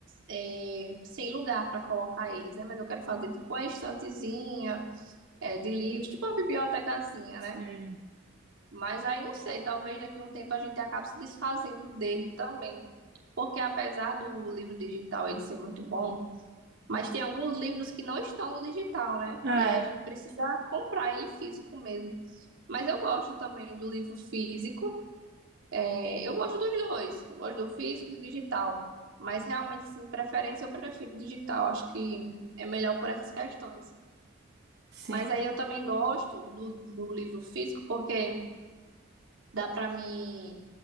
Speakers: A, on the right; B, on the right.
A: é, sem lugar para colocar eles, né? Mas eu quero fazer tipo uma estantezinha é, de livros, tipo uma bibliotecazinha,
B: Sim.
A: né? Mas aí não sei, talvez daqui a um tempo a gente acabe se desfazendo dele também. Porque apesar do livro digital ele ser muito bom, mas tem alguns livros que não estão no digital, né?
B: É,
A: E aí a gente precisa comprar ele físico mesmo. Mas eu gosto também do livro físico. É, eu gosto dos dois, eu gosto do físico e do digital, mas realmente, sim, preferência eu prefiro digital, acho que é melhor por essas questões.
B: sim.
A: Mas aí eu também gosto do, do livro físico, porque dá para mim